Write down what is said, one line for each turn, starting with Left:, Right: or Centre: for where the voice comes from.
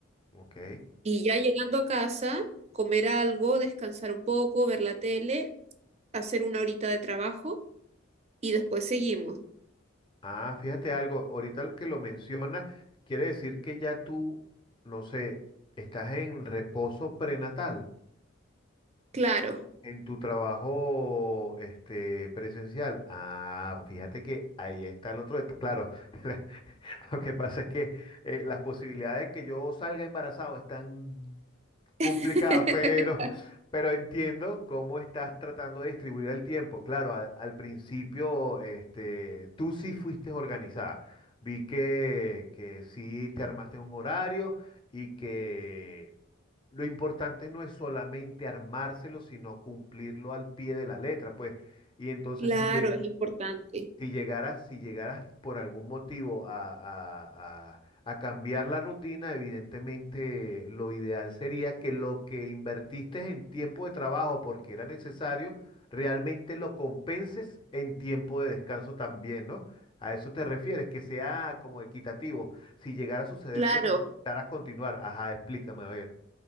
Left: ok.
Right: y ya llegando a casa, comer algo, descansar un poco, ver la tele, hacer una horita de trabajo y después seguimos.
Left: Ah, fíjate algo, ahorita que lo menciona, quiere decir que ya tú, no sé, estás en reposo prenatal
Right: Claro,
Left: en tu trabajo este, presencial. Ah, fíjate que ahí está el otro, detalle. claro, <laughs> <laughs> Lo que pasa es que eh, las posibilidades de que yo salga embarazado están complicadas,
Right: <laughs>
Left: pero, pero entiendo cómo estás tratando de distribuir el tiempo. Claro, al, al principio este, tú sí fuiste organizada. Vi que, que sí te armaste un horario y que lo importante no es solamente armárselo, sino cumplirlo al pie de la letra, pues. Y entonces
Right: claro,
Left: si llega
Right: es importante.
Left: si llegaras, si llegaras por algún motivo a, a- a- a cambiar la rutina, evidentemente lo ideal sería que lo que invertiste en tiempo de trabajo porque era necesario, realmente lo compenses en tiempo de descanso también, ¿no? A eso te refieres, que sea como equitativo. Si llegara a suceder
Right: Claro,
Left: que necesitaras continuar, ajá, explícame, a ver.